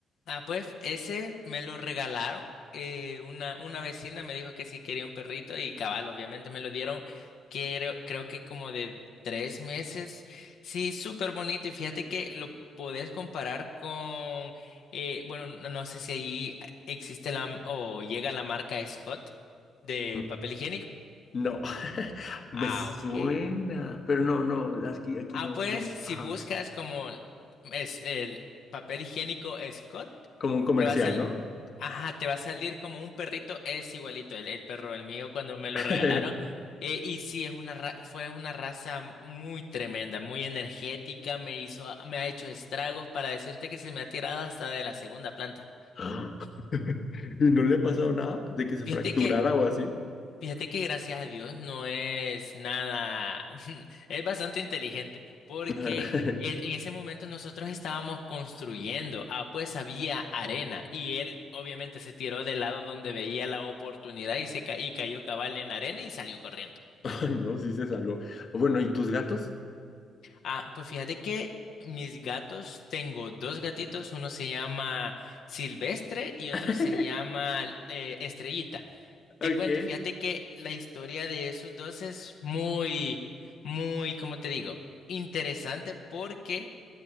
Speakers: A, on the left; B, on the left.
A: Ah, pues ese me lo regalaron. eh, una, una vecina me dijo que sí quería un perrito y cabal, obviamente me lo dieron, creo, creo que como de tres meses. Sí, súper bonito y fíjate que lo podés comparar con, eh, bueno, no, no sé si allí existe la o llega la marca Scott de
B: Mm,
A: papel higiénico.
B: No, <laughs> me
A: Ah,
B: suena,
A: ok.
B: pero no, no, aquí, aquí
A: Ah,
B: no
A: pues
B: es como,
A: si
B: ajá,
A: buscas como es el papel higiénico Scott,
B: como un comercial,
A: te va a salir,
B: ¿no? <gasps>
A: ajá, te va a salir como un perrito, es igualito, el, el perro, el mío cuando me lo
B: <laughs>
A: regalaron. Eh, y sí, es una ra- fue una raza muy tremenda, muy energética, me hizo, me ha hecho estragos para decirte que se me ha tirado hasta de la segunda planta.
B: Ah, <laughs> ¿Y no le ha pasado nada de que se
A: Fíjate
B: fracturara
A: que
B: o así?
A: Fíjate que gracias a Dios no es nada, <laughs> es bastante inteligente, porque
B: Ajá.
A: e- en ese momento nosotros estábamos construyendo, ah, pues había arena y él obviamente se tiró del lado donde veía la oportunidad y se ca- y cayó cabal en la arena y salió corriendo.
B: <laughs> Ay, no, sí se salvó. Bueno, ¿y tus gatos?
A: Ah, pues fíjate que mis gatos, tengo dos gatitos, uno se llama Silvestre y otro
B: <laughs>
A: se llama eh, Estrellita.
B: Ok,
A: Te cuento, fíjate que la historia de esos dos es muy, muy, como te digo, interesante porque